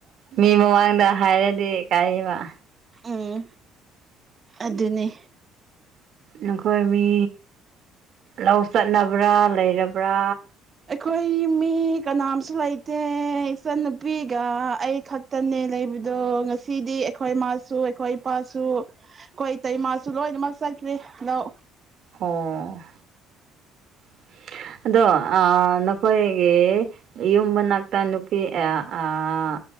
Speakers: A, on the right; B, on the right.
A: ꯃꯤ ꯃꯃꯥꯡꯗ ꯍꯥꯏꯔꯗꯤ ꯀꯥꯏꯕ
B: ꯎꯝ ꯑꯗꯨꯅꯤ
A: ꯅꯈꯣꯏ ꯃꯤ ꯂꯧ ꯆꯠꯅꯕ꯭ꯔꯥ ꯂꯩꯔꯕ꯭ꯔꯥ
B: ꯑꯩꯈꯣꯏ ꯃꯤ ꯀꯅꯥꯝꯁꯨ ꯂꯩꯇꯦ ꯏꯆꯟꯅꯨꯄꯤꯒ ꯑꯩ ꯈꯛꯇꯅꯦ ꯂꯩꯕ ꯑꯗꯣ ꯉꯁꯤꯗꯤ ꯑꯩꯈꯣꯏ ꯏꯃꯥꯁꯨ ꯑꯩꯈꯣꯏ ꯏꯄꯥꯁꯨ ꯑꯩꯈꯣꯏ ꯏꯇꯩ ꯏꯃꯥꯁꯨ ꯂꯣꯏꯅꯃꯛ ꯆꯠꯈ꯭ꯔꯦ ꯂꯧ
A: ꯑꯣ <inaudible> ꯑꯗꯣ ꯅꯈꯣꯏꯒꯤ ꯌꯨꯝ ꯃꯅꯥꯛꯇ ꯅꯨꯨꯄꯤ ꯑꯦ ꯑꯥ